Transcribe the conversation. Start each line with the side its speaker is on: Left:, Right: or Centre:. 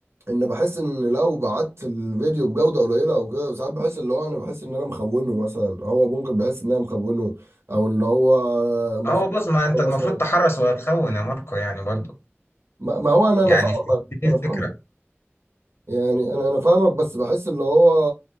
Right: ان بحس ان لو بعت الفيديو بجوده قليله او كده ساعات بحس اللي هو انا بحس ان انا مخونه مثلا هو ممكن بحس ان انا مخونه او اللي هو ما
Left: هو
Right: فيش
Left: بص ما انت
Right: مثلا
Left: المفروض تحرس وهتخون يا ماركو يعني برضو
Right: ما ما هو انا انا
Left: يعني
Right: فاهمك
Left: في- دي
Right: انا
Left: الفكرة
Right: فاهم يعني انا انا فاهمك بس بحس اللي هو